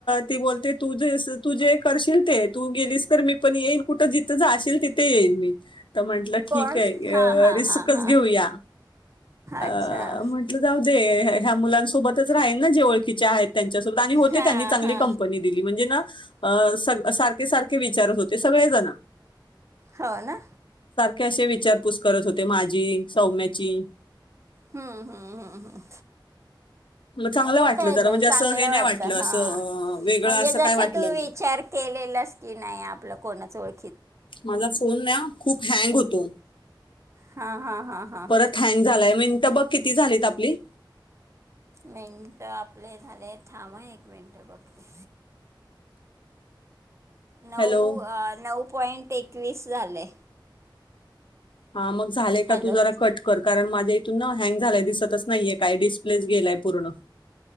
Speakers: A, on the left; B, on the right.
A: ती बोलते तूजेस तू जे करशील ते, तू गेलीस तर मी पण येईन कुठं जिथं जाशील तिथे येईन मी. तर म्हंटलं
B: कोण
A: ठीक आहे
B: हा हा
A: रिस्कच
B: हा हा
A: घेऊया अ
B: अच्छा.
A: म्हट ते ह्या मुलांसोबतच राहीलं ना जे ओळखीच्या आहेत. त्यांच्यासोबत आणि होते
B: हा
A: त्यांनी चांगली
B: हा.
A: कंपनी दिली म्हणजे ना, त्या अ स सारखे सारखे विचारत होते सगळेजण.
B: हो ना?
A: कशे विचारपूस करत होते माझी, सौम्याची.
B: हू हू.
A: चांगलं
B: मग
A: वाटलं
B: काय,
A: जरा
B: काय
A: म्हणजे
B: चांगलं
A: असं हे नाही
B: वाटत,
A: वाटलं
B: हा
A: असं वेगळं
B: म्हणजे
A: असं
B: जसा
A: काय वाटलं
B: तू विचार
A: नाही
B: केलेलास की नाही आपलं कोणाजवळ?
A: माझा फोन ना खूप हँग होतो,
B: हा हा हा हा
A: परत हँग झालाय म्हण तू बघ किती झालेत? तप तप <unintelligible>
B: मिनटं आपले झाले थांब हं एक मिनटं बघते. नऊ
A: हॅलो
B: अ नऊ पॉईंट एकवीस झाले.
A: हा मग झालेय का
B: हॅलो
A: तू जरा कट कर कारण माझ्या इथून ना हँग झालाय दिसतच नाही आहे काय डिस्प्लेच गेलाय पूर्ण